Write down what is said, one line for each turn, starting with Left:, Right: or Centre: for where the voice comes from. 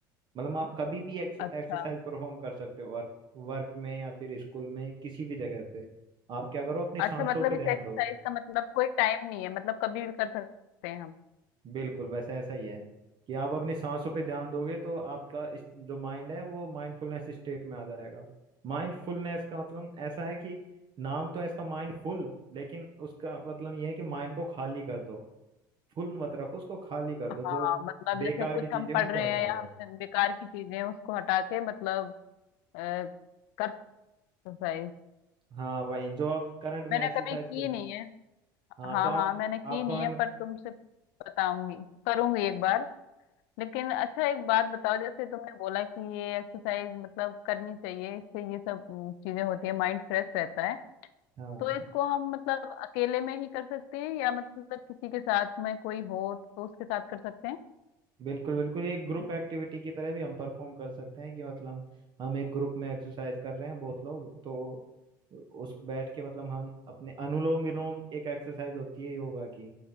Right: मतलब आप कभी भी एक्सरसाइज
Left: अच्छा
Right: परफॉर्म कर सकते हो वर्क वर्क में या फिर स्कूल में किसी भी जगह पे आप क्या करो अपनी सांसों
Left: अच्छा मतलब
Right: पे
Left: इस
Right: ध्यान
Left: एक्सरसाइज
Right: दो
Left: का मतलब कोई टाइम नहीं है मतलब कभी भी कर सकते हैं हम
Right: बिल्कुल बस ऐसा ही है कि आप अपनी सांसों पे ध्यान दोगे तो आपका इस- जो माइंड है वो माइंडफुलनेस स्टेट में आ जाएगा माइंडफुलनेस का मतलब ऐसा है कि नाम तो है इसका माइंडफुल लेकिन उसका मतलब ये है कि माइंड को खाली कर दो फुल मत रखो उसको खाली कर दो
Left: हाँ
Right: जो
Left: मतलब
Right: बेकार
Left: जैसे कुछ
Right: की चीजें
Left: हम पढ़
Right: हैं, उनको
Left: रहे
Right: हटा
Left: हैं या
Right: दो
Left: हमसे बेकार की चीजें हैं, उसको हटा के मतलब अ, कर एक्सरसाइज
Right: हाँ वही जो आप करंट
Left: मैंने
Right: में एक्सरसाइज
Left: कभी की
Right: कर
Left: नहीं है
Right: हाँ
Left: हाँ
Right: तो आप
Left: हाँ मैंने की
Right: आपको
Left: नहीं
Right: मैंने
Left: है पर तुमसे बताऊंगी करूंगी एक बार लेकिन अच्छा एक बात बताओ जैसे तुमने बोला कि ये एक्सरसाइज मतलब करनी चाहिए इससे ये सब अम, चीजें होती है माइंड फ्रेश रहता है
Right: हाँ
Left: तो इसको हम मतलब अकेले में ही कर सकते हैं या मतलब किसी के साथ में कोई हो तो उसके साथ कर सकते हैं
Right: बिल्कुल बिल्कुल एक ग्रुप एक्टिविटी की तरह भी हम परफॉर्म कर सकते हैं कि मतलब हम एक ग्रुप में एक्सरसाइज कर रहे हैं बहुत लोग तो उस बैठ के मतलब हम अपने अनुलोम विलोम एक एक्सरसाइज होती है योगा की